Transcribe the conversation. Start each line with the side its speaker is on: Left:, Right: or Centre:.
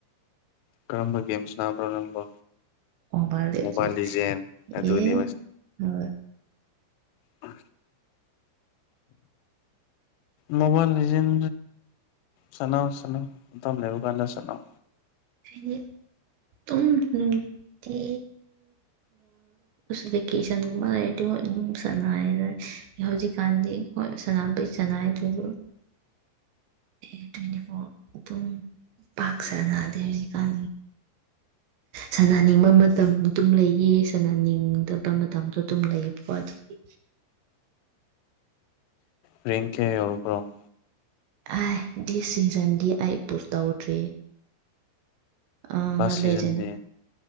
Left: ꯀꯔꯝꯕ ꯒꯦꯝ ꯁꯅꯥꯕ꯭ꯔꯣ ꯅꯪꯕꯣ
Right: ꯑꯣꯕꯥꯁ ꯂꯤꯖ
Left: ꯃꯣꯕꯥꯏꯜ ꯂꯤꯖꯦꯟ ꯑꯗꯨꯅꯤ
Right: ꯑꯦ ꯍ
Left: ꯑ
Right: <inaudible>
Left: ꯃꯣꯕꯥꯏꯜ ꯂꯤꯖꯦꯟ ꯁꯠꯅꯧ ꯁꯟꯅꯧ ꯃꯇꯝ ꯂꯩꯕ ꯀꯥꯟꯗ ꯁꯠꯅꯧ
Right: ꯍꯥꯏꯗꯤ ꯇꯨꯝ ꯅꯨꯡꯇꯤ ꯚꯦꯀꯦꯁꯟꯒꯨꯝꯕ ꯂꯩꯗꯤ ꯑꯗꯨꯝ ꯁꯂ ꯍꯧꯖꯤꯛꯀꯥꯟꯗꯤ ꯍꯣꯏ ꯁꯅꯥꯄꯍꯤ ꯆꯅꯥꯏꯗꯨꯁꯨ ꯑꯦ ꯇ꯭ꯋꯦꯟꯇꯤ ꯐꯣꯔ ꯑꯗꯨꯝ ꯄꯥꯛ ꯁꯅ ꯀ <unintelligible> ꯁꯥꯟꯅꯅꯤꯡꯕ ꯃꯇꯝ ꯑꯗꯨꯝ ꯂꯩꯌꯦ ꯁꯥꯟꯅꯅꯤꯡꯗꯕ ꯃꯇꯝꯗꯣ ꯑꯗꯨꯝ ꯂꯩꯌꯦꯕꯀꯣ ꯑꯗꯨꯒꯤ
Left: ꯔ‌ꯦꯡ ꯀꯌꯥ ꯌꯧꯔꯕ꯭ꯔꯣ
Right: ꯑ ꯗꯤ ꯁꯤꯖꯟꯗꯤ ꯑꯩ ꯄꯨꯁ ꯇꯧꯗ꯭ꯔꯤ ꯑ
Left: ꯂꯥꯁ
Right: ꯂꯦꯖ‌ꯦꯟ
Left: ꯁꯤꯖꯟꯗꯤ